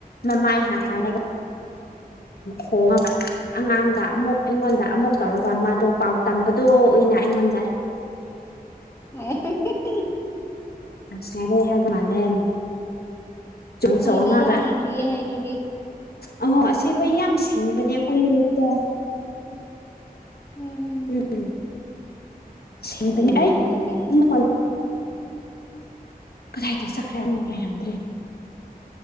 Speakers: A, on the left; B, on the left.
A: ꯃꯃꯥꯏ ꯍꯥꯏ ꯍꯥꯏꯔꯒ
B: ꯑꯣ
A: ꯍꯣꯡꯉꯒ ꯑꯉꯥꯡꯗ ꯑꯃꯨꯛ ꯑꯩꯉꯣꯟꯗ ꯑꯃꯨꯛ ꯇꯧꯔꯒ ꯃꯥꯗꯣ ꯄꯥꯎ ꯇꯝꯕꯗꯣ ꯑꯣꯏꯅ ꯑꯣꯏꯅ ꯑꯩꯉꯣꯟꯗ
B: <unintelligible>
A: ꯁꯤꯔꯦ ꯍꯥꯏꯕ ꯃꯥꯜꯂꯦ ꯆꯨꯝꯁꯣꯉꯥꯒ
B: ꯍꯣꯏꯗꯤ ꯌꯥꯝ ꯅꯨꯡꯁꯤꯌꯦꯍꯦ ꯑꯗꯨꯗꯤ
A: ꯑ ꯑꯁꯤ ꯑꯩꯈꯣꯏ ꯌꯥꯝ ꯁꯤꯡꯕꯅꯦ ꯑꯩꯈꯣꯏ ꯍꯧꯔꯤꯛꯇ
B: ꯎꯝ
A: ꯎꯝ ꯁꯃꯤꯅꯤ
B: ꯌꯥꯝ ꯅꯨꯡꯉꯥꯏꯍꯦ
A: ꯍ ꯀ
B: ꯑꯗꯨꯗꯤ
A: <unintelligible> ꯀꯗꯥꯏꯗ ꯆꯛꯈ꯭ꯔꯦ ꯑꯃꯨ ꯂꯩꯔꯝꯗ꯭ꯔꯦ